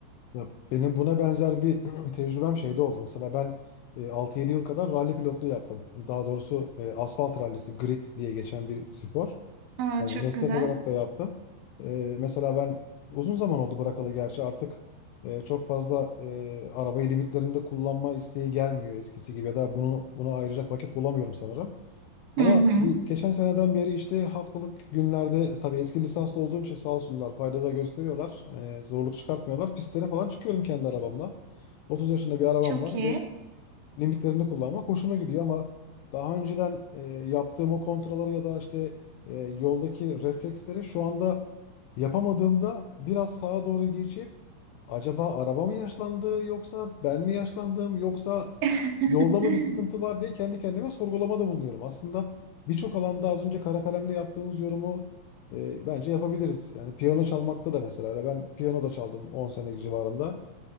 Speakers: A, on the left; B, on the right.
A: Ya benim buna benzer bir <clears throat> tecrübem şeyde oldu. Mesela ben e, 6-7 yıl kadar ralli pilotluğu yaptım. Daha doğrusu e, asfalt rallisi, grid diye geçen bir spor.
B: Aa,
A: Yani
B: çok
A: meslek
B: güzel.
A: olarak da yaptım. Ee, mesela ben uzun zaman oldu bırakalı gerçi artık e, çok fazla e, arabayı limitlerinde kullanma isteği gelmiyor eskisi gibi ya da bunu buna ayıracak vakit bulamıyorum sanırım. Ama
B: Hı hı.
A: bir, geçen seneden beri işte haftalık günlerde e, tabii eski lisanslı olduğum için sağ olsunlar fayda da gösteriyorlar. Ee, zorluk çıkartmıyorlar. Pistlere falan çıkıyorum kendi arabamla. 30 yaşında bir arabam
B: Çok
A: var
B: iyi.
A: ve limitlerini kullanmak hoşuma gidiyor ama daha önceden e, yaptığım o kontrolları ya da işte e, yoldaki refleksleri şu anda yapamadığımda biraz sağa doğru geçip acaba araba mı yaşlandı yoksa ben mi yaşlandım yoksa
B: <laughs>
A: yolda mı bir sıkıntı var diye kendi kendime sorgulamada bulunuyorum. Aslında birçok alanda az önce kara kalemle yaptığımız yorumu e, bence yapabiliriz. Yani piyano çalmakta da mesela öyle ben piyano da çaldım 10 sene civarında.